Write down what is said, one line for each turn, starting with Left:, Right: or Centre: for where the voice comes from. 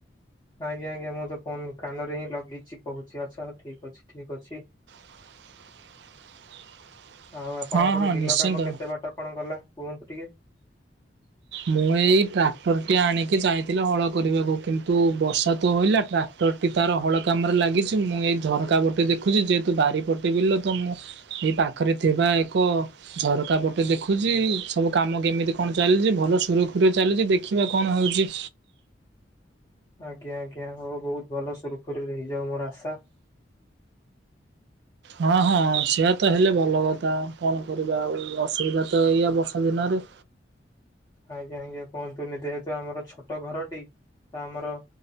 Left: ଆଜ୍ଞା ଆଜ୍ଞା ମୁଁ ତ ଫୋନ କାନ ରେ ହିଁ ଲଗେଇଛି କହୁଛି ଆଚ୍ଛା ହଉ ଠିକ ଅଛି ଠିକ୍ ଅଛି।
Right: <inaudible>
Left: ଆଉ ଆପଣଙ୍କର
Right: ହଁ ହଁ
Left: ବିଲ
Right: ନିଶ୍ଚିନ୍ତ
Left: କାମ କେତେ ବାଟ କଣ ଗଲା କୁହନ୍ତୁ ଟିକେ?
Right: ମୁଁ ଏଇ ଟ୍ରାକ୍ଟରଟି ଆଣିକି ଯାଇଥିଲି ହଳ କରିବାକୁ କିନ୍ତୁ ବର୍ଷା ତ ହେଲା ଟ୍ରାକ୍ଟର ତଟି ତାର ହଳ କାମରେ ଲାଗିଛି ମୁଁ ଏଇ ଝଟକା ପଟେ ଦେଖୁଛି ଯେହେତୁ ବାରି ପଟେ ବିଲ ତ ମୁଁ ଏଇ ପାଖରେ ଥିବା ଏକ ଝରକା ପଟେ ଦେଖୁଛି ସବୁ କାମ କେମିତି କଣ ଚାଲିଛି। ଭଲ ସୁରୁଖୁରୁରେ ଚାଲିଛି ଦେଖିବା କଣ ହେଉଛି।
Left: ଆଜ୍ଞା ଆଜ୍ଞା ହଉ ବହୁତ ଭଲ ସୁରୁଖୁରୁରେ ହେଇଯାଉ ମୋର ଆଶା।
Right: ହଁ ହଁ ସେଆ ତ ହେଲେ ଭଲ କଥା କଣ କରିବା ଆଉ ଅସୁବିଧା ତ ଏଇଆ ବର୍ଷା ଦିନରେ।
Left: ଆଜ୍ଞା ଆଜ୍ଞା କୁହନ୍ତୁନି ଯେହେତୁ ଆମର ଛୋଟ ଘରଟି ତା ଆମର